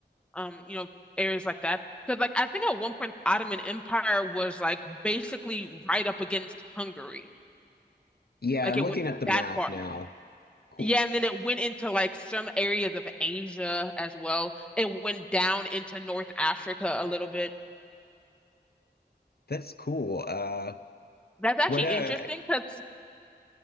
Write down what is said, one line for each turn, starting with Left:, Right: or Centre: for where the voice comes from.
Centre: um, you know, areas like that. Because like I think at one point the Ottoman Empire was like basically right up against Hungary.
Left: Yeah,
Centre: Like
Left: I'm
Centre: it
Left: looking
Centre: went
Left: at the map
Centre: that far.
Left: now. Cool.
Centre: Yeah, and then it went into like some areas of Asia as well. It went down into North Africa a little bit.
Left: That's cool. Uh,
Centre: That's actually
Left: what,
Centre: interesting
Left: uh,
Centre: because